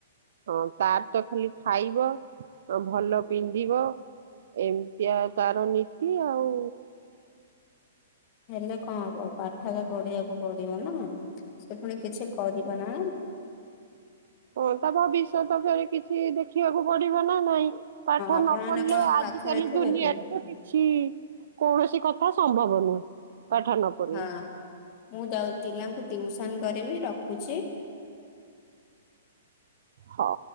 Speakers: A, on the right; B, on the left.
A: ହଁ ତାର ତ ଖାଲି ଖାଇବ ଭଲ ପିନ୍ଧିବ। ଏମିତିଆ ତାର ନୀତି ଆଉ।
B: ହେଲେ କଣ ହବ ପାଠ ତ ପଢିବାକୁ ପଡିବ ନା ସେ ପୁଣି କିଛି କରିବ ନା।
A: ହଁ ତା ଭବିଷ୍ୟତ ଫେରେ କିଛି ଦେଖିବାକୁ ପଡିବ ନା ନାଇଁ। ପାଠ
B: ଆପଣ
A: ନ
B: ମାନେ
A: ପଢିଲେ
B: କଣ ଆଉ
A: ଆଜିିକାଲି
B: ପାଖରେ ଥିବେ
A: ଦୁନିଆରେ
B: କି?
A: ତ କିଛି କୌଣସି କଥା ସମ୍ଭବ ନୁହେଁ ପାଠ ନ ପଢିଲେ।
B: ହଁ ମୁଁ ଯାଉ ପିଲାଙ୍କୁ ଟିଉସନ କରିବି ରଖୁଛି।
A: ହଁ।